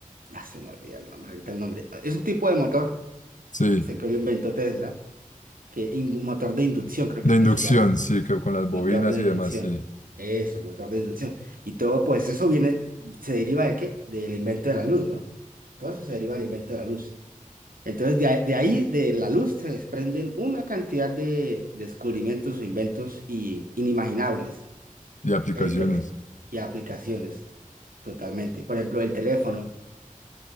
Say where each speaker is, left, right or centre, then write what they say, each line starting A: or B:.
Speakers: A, on the right (about 85°); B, on the left (about 60°).
A: ah, se me olvida el nombre, ahorita el nombre, es un tipo de motor,
B: Sí,
A: sé que lo inventó Tesla, que in- motor de inducción creo
B: de
A: que es
B: inducción,
A: que se llama.
B: sí, que con las bobinas
A: Motor de
B: y
A: inducción.
B: demás, sí.
A: Eso, motor de inducción. Y todo, pues eso viene, se deriva de qué? Del invento de la luz, ¿no? Todo eso se deriva del invento de la luz. Entonces, de, ahí, de ahí, de la luz, se desprenden una cantidad de descubrimientos o inventos y, inimaginables.
B: y aplicaciones.
A: El tele y aplicaciones, totalmente. Por ejemplo, el teléfono